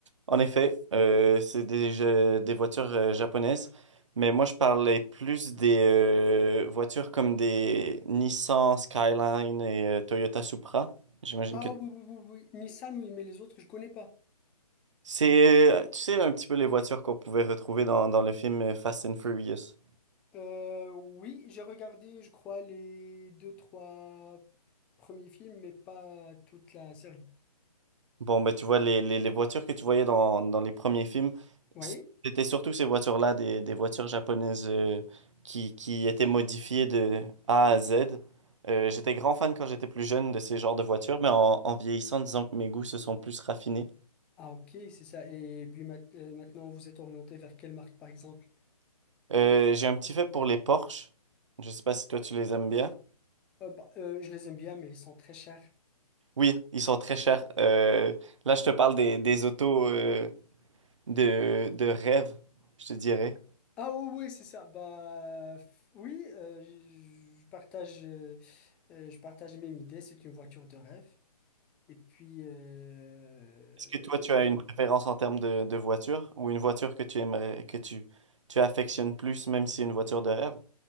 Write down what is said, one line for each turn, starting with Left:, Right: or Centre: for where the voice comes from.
Right: En effet, euh, c'est des, jeux- des voitures euh, japonaises, mais moi je parlais plus des euh, voitures comme des Nissan Skyline et euh, Toyota Supra. J'imagine
Centre: Ah
Right: que
Centre: oui, oui, oui, oui, Nissan, oui, mais les autres, je connais pas.
Right: c'est, euh, tu sais, un petit peu les voitures qu'on pouvait retrouver dans, dans le film euh, Fast and Furious.
Centre: Euh, oui, j'ai regardé, je crois, les deux, trois premiers films, mais pas toute la série.
Right: Bon, bah, tu vois, les, les, les voitures que tu voyais dans, dans les premiers films,
Centre: Oui?
Right: c'était surtout ces voitures-là, des, des voitures japonaises euh, qui, qui étaient modifiées de A à Z. Euh, j'étais grand fan quand j'étais plus jeune de ces genres de voitures, mais en, en vieillissant, disons que mes goûts se sont plus raffinés.
Centre: Ah ok, c'est ça. Et puis mat- euh, maintenant, vous êtes orienté vers quelle marque, par exemple?
Right: Euh, j'ai un petit fait pour les Porsche. Je sais pas si toi tu les aimes bien.
Centre: Euh, bah, euh, je les aime bien, mais ils sont très chers.
Right: Oui, ils sont très chers. Euh, là, je te parle des, des autos euh, de, de rêve, je te dirais.
Centre: Ah oui, oui, c'est ça. Bah f- oui, euh, je je partage, euh, euh, je partage les mêmes idées. C'est une voiture de rêve. Et puis euh,
Right: Est-ce que toi, tu as
Centre: et-
Right: une préférence en termes de, de voiture ou une voiture que tu aimerais, que tu, tu affectionnes plus, même si c'est une voiture de rêve?